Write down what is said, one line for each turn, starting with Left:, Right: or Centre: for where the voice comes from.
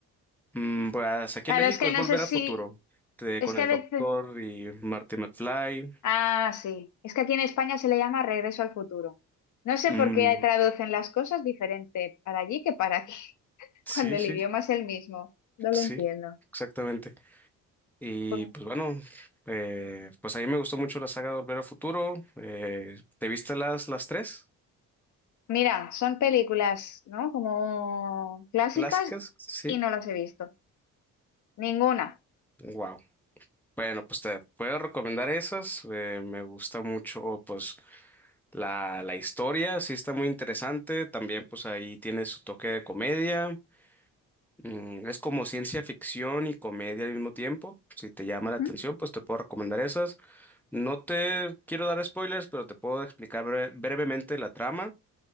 Centre: Mm, pues aquí
Left: Claro,
Centre: en México
Left: es que
Centre: es
Left: no
Centre: Volver
Left: sé si,
Centre: al Futuro, de-
Left: es
Centre: con
Left: que
Centre: el
Left: a veces
Centre: doctor y Marty McFly.
Left: Ah, sí. Es que aquí en España se le llama Regreso al futuro. No sé
Centre: Mm,
Left: por qué traducen las cosas diferente para allí que para aquí, <laughs>
Centre: sí,
Left: cuando el
Centre: sí.
Left: idioma es el mismo. No lo
Centre: Sí,
Left: entiendo.
Centre: exactamente. Y
Left: Pues,
Centre: pues bueno, eh, pues a mí me gustó mucho la saga de Volver al Futuro. Eh, ¿te viste las, las tres
Left: mira, son películas, ¿no? Como clásicas
Centre: clásicas? Sí.
Left: y no las he visto. Ninguna,
Centre: Wow. Bueno, pues te puedo recomendar esas. Eh, me gusta mucho, pues, la, la historia, sí está muy interesante. También, pues, ahí tiene su toque de comedia. Mm, es como ciencia ficción y comedia al mismo tiempo. Si te llama
Left: Ujú,
Centre: la atención, pues te puedo recomendar esas. No te quiero dar spoilers, pero te puedo explicar bre- brevemente la trama.